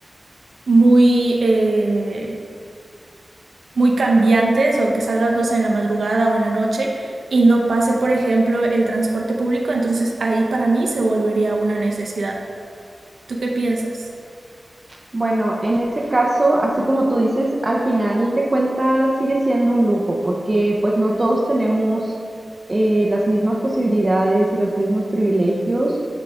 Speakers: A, on the right; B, on the right.
A: muy... eh, muy cambiantes o que salgas, no sé, en la madrugada o en la noche y no pase, por ejemplo, el transporte público, entonces ahí para mí se volvería una necesidad. ¿Tú qué piensas?
B: Bueno, en ese caso, así como tú dices, al final de cuentas sigue siendo un lujo, porque pues no todos tenemos eh, las mismas posibilidades y los mismos privilegios.